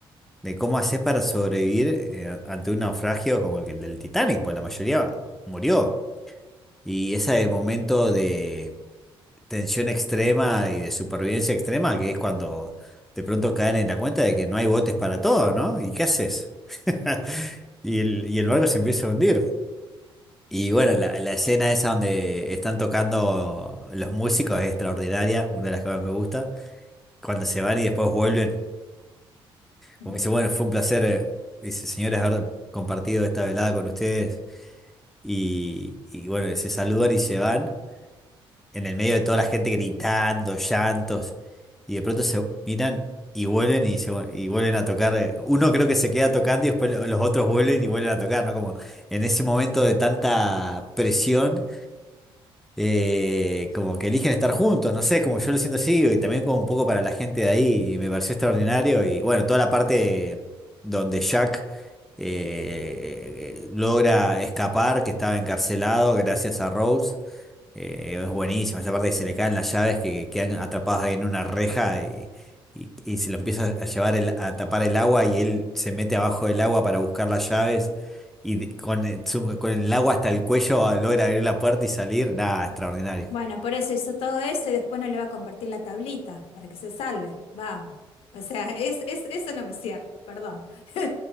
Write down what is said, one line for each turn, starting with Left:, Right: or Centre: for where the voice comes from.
Centre: de cómo haces para sobrevivir eh, ante un naufragio como el que- el del Titanic, pues la mayoría murió. Y ese momento de tensión extrema y de supervivencia extrema, que es cuando de pronto caen en la cuenta de que no hay botes para todos, ¿no? ¿Y qué haces? <laughs> Y el, y el barco se empieza a hundir. Y bueno, la, la escena esa donde están tocando los músicos es extraordinaria, una de las que más me gusta. Cuando se van y después vuelven,
Left: <laughs>
Centre: como dice, bueno, fue un placer, eh, dice, señores, haber compartido esta velada con ustedes. Y, y bueno, se saludan y se van. en el medio de toda la gente gritando, llantos, y de pronto se miran y vuelven y, se- y vuelven a tocar. eh, Uno creo que se queda tocando y después lo- los otros vuelven y vuelven a tocar, ¿no? Como en ese momento de tanta presión, eh, como que eligen estar juntos, no sé, como yo lo siento así, y también como un poco para la gente de ahí, y me pareció extraordinario, y bueno, toda la parte donde Jack... eh, logra escapar, que estaba encarcelado gracias a Rose. Eh, es buenísima, esa parte que se le caen las llaves que quedan atrapadas ahí en una reja y, y- y se lo empieza a llevar el- a tapar el agua y él se mete abajo del agua para buscar las llaves y de- con, el su- con el agua hasta el cuello ah, logra abrir la puerta y salir. Nada, extraordinario.
Left: Bueno, por eso hizo todo eso y después no le va a compartir la tablita para que se salve. Vamos. O sea, <laughs> es, es- eso no me cierra, perdón. <laughs>